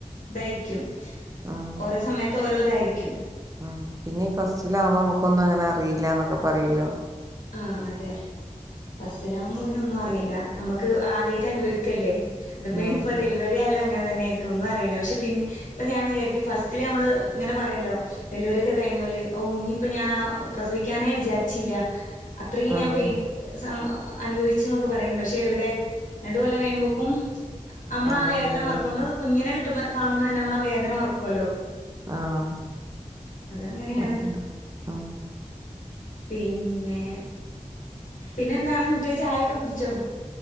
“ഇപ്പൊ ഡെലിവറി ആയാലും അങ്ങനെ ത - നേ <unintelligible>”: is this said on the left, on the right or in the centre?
Left